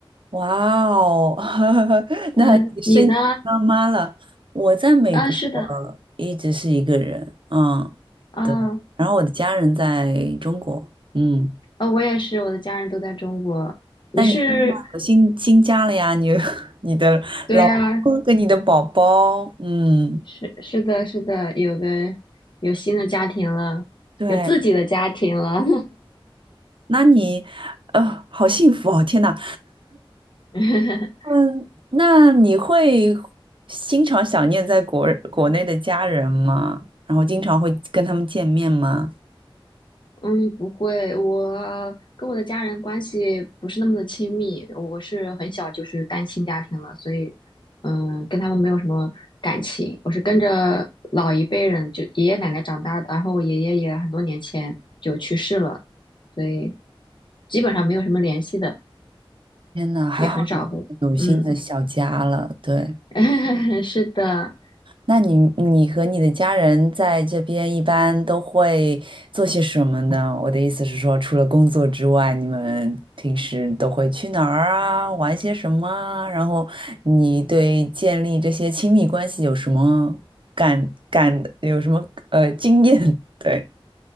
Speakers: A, on the right; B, on the left.
A: 哇哦，<laughs>
B: 嗯，
A: 那你升级当妈了。
B: 你呢？
A: 我在美国
B: 啊，是的，
A: 一直是一个人，嗯，
B: 啊，
A: 对。然后我的家人在中国，嗯。
B: 呃，我也是，我的家人都在中国。你是，
A: 但你新换了新新家了呀，你 <laughs> 你的老公跟你的宝宝，
B: 对啊，
A: 嗯，
B: 是是的，是的，有个有新的家庭了，
A: 对。
B: 有自己的家庭了。
A: 那你，呃，好幸福哦！天呐，
B: <laughs>
A: 嗯，那你会经常想念在国国内的家人吗？然后经常会跟他们见面吗？
B: 嗯，不会，我跟我的家人关系不是那么的亲密，我是很小就是单亲家庭了，所以，嗯，跟他们没有什么感情。我是跟着老一辈人，就爷爷奶奶长大的，然后我爷爷也很多年前就去世了，所以基本上没有什么联系的，
A: 天呐，还好你有新的小家了，
B: 也很少会，嗯，
A: 对。
B: <laughs> 是的。
A: 那你你和你的家人在这边一般都会做些什么呢？我的意思是说，除了工作之外，你们平时都会去哪儿啊，玩些什么啊然后你对建立这些亲密关系有什么感感，有什么呃经验？<laughs> 对，